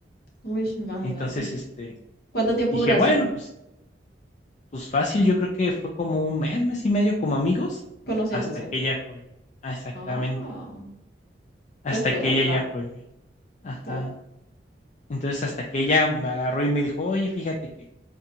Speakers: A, on the left; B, on the left.
A: Uy, imagínate.
B: Entonces, este,
A: ¿Cuánto tiempo
B: dije,
A: duraste
B: bueno, pues, pues fácil, yo creo que fue como un mes, mes y medio como amigos,
A: conociéndose?
B: hasta que ella fue, ah, exactamente,
A: Ah,
B: hasta
A: pues fue
B: que
A: buen
B: ella
A: plan.
B: ya fue, ajá.
A: Dale.
B: Entonces, hasta que ella me agarró y me dijo, oye, fíjate que